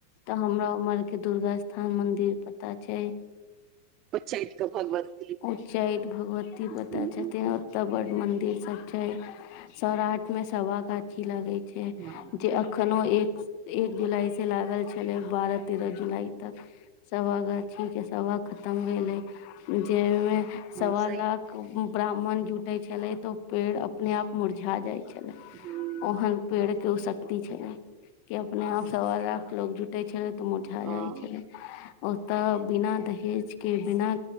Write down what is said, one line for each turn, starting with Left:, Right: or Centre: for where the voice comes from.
Left: तऽ हमरा उमहर के दुर्गा स्थान मंदिर पता छै।
Right: <unintelligible> भगवती
Left: उच्चैठ भगवती पता
Right: ह
Left: छथि ओत्त बड मंदिर सब छै सौराठ मे सभा गाछ गाछी लगइ छी
Right: ह
Left: जे अखनो एक एक जुलाई से लागल छलै बारह तेरह जुलाई तक। सभा गाछी के सभा खतम भेलइ जइमे
Right: हँ
Left: सवा
Right: सही
Left: लाख
Right: कहलियै
Left: ब्राह्मण जुटे छलै त ओ पेड़ अपने आप मुरझा जाय छलै
Right: हँ
Left: ओहन पेड़ के उ शक्ति छलै के अपने आप सवा लाख लोग जुटै छलै त उ मुरझा जाइ
Right: हँ
Left: छलै। ओतऽ बिना दहेज के बिना